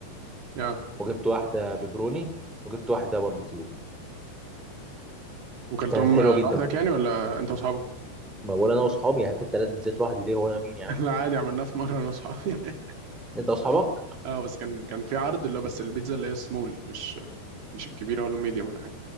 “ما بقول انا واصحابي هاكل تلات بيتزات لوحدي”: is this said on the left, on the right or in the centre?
Centre